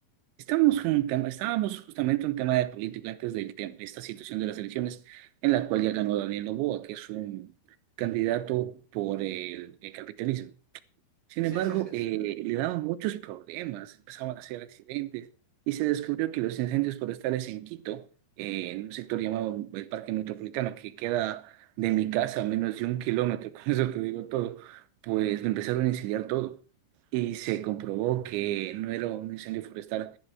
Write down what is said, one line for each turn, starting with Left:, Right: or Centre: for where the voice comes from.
Right: estamos con un tema- estábamos justamente en un tema de política antes del tem- de esta situación de las elecciones, en la cual ya ganó Daniel Noboa, que es un candidato por el el capitalismo. Sin
Left: Sí,
Right: embargo,
Left: sí, sí.
Right: eh, le daban muchos problemas, empezaban a hacer accidentes y se descubrió que los incendios forestales en Quito, eh, en un sector llamado el Parque Metropolitano, que queda de mi casa a menos de un kilómetro, <laughs> con eso te digo todo, pues lo empezaron a incendiar todo. Y se comprobó que no era un incendio forestal,